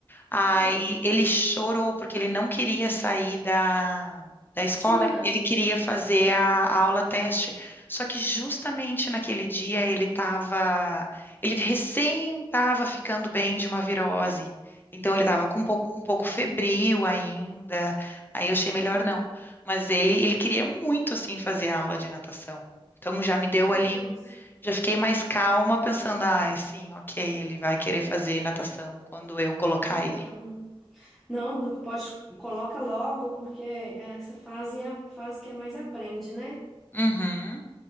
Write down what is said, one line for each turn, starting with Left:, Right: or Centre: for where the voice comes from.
Left: Aí
Centre: Ah,
Left: ele chorou porque ele não queria sair da, da
Centre: na
Left: escola,
Centre: piscina?
Left: ele queria fazer
Centre: Ah,
Left: a, a aula teste. Só que justamente naquele dia ele estava, ele recém estava ficando bem de uma virose. Então ele estava
Centre: ah,
Left: com um pouco, um pouco febril ainda. Aí eu achei melhor
Centre: sei.
Left: não. Mas ele, ele queria muito assim fazer a aula de natação. Então já me deu
Centre: Nossa.
Left: ali, o- já fiquei mais calma pensando, ah, sim, ok, ele vai querer fazer natação quando eu colocar
Centre: Ah, não.
Left: ele.
Centre: Não, pode, coloca logo, porque essa fase é a fase que é mais aprende, né?
Left: Uhum,